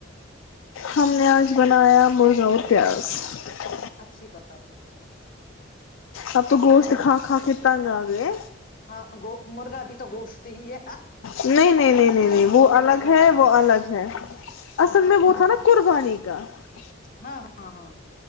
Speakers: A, on the left; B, on the left.
A: ہم نے آج بنایا مرغہ اور پیاز <unintelligible>
B: اچھی بات ہے <unintelligible>
A: اب تو گوشت
B: اچھا
A: کھا کھا کے تنگ آ گئے
B: ہاں مرغا بھی تو گوشت ہی ہے
A: نہیں نہیں نہیں نہیں
B: کیا
A: نہیں
B: جوک
A: وہ الگ
B: لگایا
A: ہے
B: آپ
A: وہ
B: نے
A: الگ ہے اصل
B: ہاں
A: میں وہ
B: تو
A: تھا نا قربانی <unintelligible> ک <unintelligible>
B: ہاں ہاں ہاں